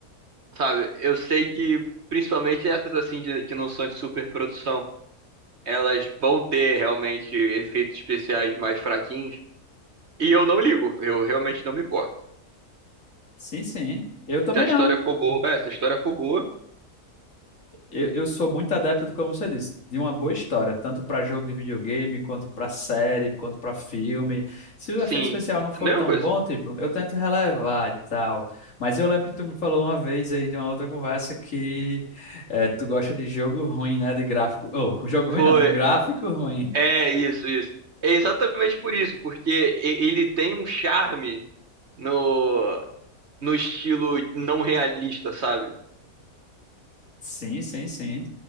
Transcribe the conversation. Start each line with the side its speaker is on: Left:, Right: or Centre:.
Right: sabe, eu sei que principalmente essas assim de, que não são de superprodução, elas vão ter realmente efeitos especiais mais fraquinhos. E eu não ligo, eu realmente não me importo.
Left: Sim, sim. Eu também
Right: Se a história
Left: não.
Right: for boa. É, se a história for boa,
Left: Eu, eu sou muito adepto de, como você disse, de uma boa história, tanto para jogo de videogame, quanto para série, quanto para filme. Se o
Right: sim.
Left: efeito especial não for
Right: Mesma
Left: tão
Right: coisa.
Left: bom, tipo, eu tento relevar e tal. Mas eu lembro que tu me falou uma vez aí de uma outra conversa que eh, tu gosta de jogo ruim, né? De gráfico. Oh, jogo
Right: Foi.
Left: ruim não, de gráfico ruim.
Right: É isso, isso. É exatamente por isso, porque e- ele tem um charme no, no estilo não realista, sabe?
Left: Sim, sim, sim.